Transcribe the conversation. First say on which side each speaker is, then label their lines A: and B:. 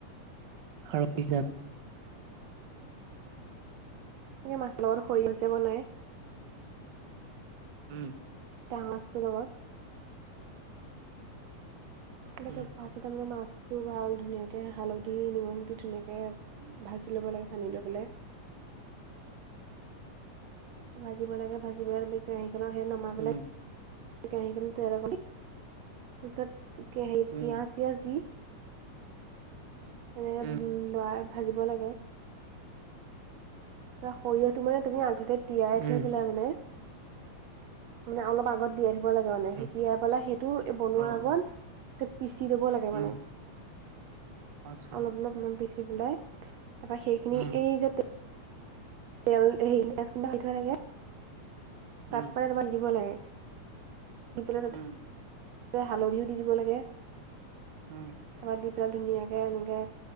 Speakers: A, on the right (about 55°); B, on the right (about 70°).
A: আৰু কি জানা!
B: এনেকে মাছৰ লগত সৰিয়হ যে বনায়।
A: উম্।
B: ডাঙৰ মাছটোৰ লগত। তেনেকে
A: উম,
B: বাচোতে মানে মাছটো ভাল, ধুনীয়াকে হালধি নিমখ দি ধুনীয়াকে ভাজি ল'ব লাগে, সানি লৈ পেলাই। ভাজিব লাগে, ভাজি পেলাই আমি কেৰাহীত সেই নমাই
A: উম,
B: পেলাই কেৰাহীখনত তেল অকন, তাৰপিছত পিয়াজ
A: উম,
B: চিয়াজ দি এনেকে
A: উম,
B: উম্, লৰাই ভাজিব লাগে। তাৰপা সৰিয়হটো মানে তুমি আগতে তিয়াই
A: উম,
B: থৈ পেলাই মানে মানে অলপ আগত তিয়াই থ'ব লাগে মানে,
A: উম,
B: সেই তিয়াই পেলাই সেইটো বনোৱা
A: অ',
B: আগত
A: অ',
B: পিচি ল'ব লাগে
A: উম,
B: মানে।
A: আচ্ছা,
B: অলপ অলপ পিচি পেলাই তাৰপা সেইখিনি
A: উম,
B: এই যে তেল হেৰি পিয়াজ খিনি ভাজি থোৱা থাকে
A: উম,
B: তাত মানে তোমাৰ দিব লাগে, দি পেলাই তাতে
A: উম,
B: হালধিও দি দিব লাগে।
A: উম্।
B: তাৰপৰা দি পেলাই ধুনীয়াকে এনেকে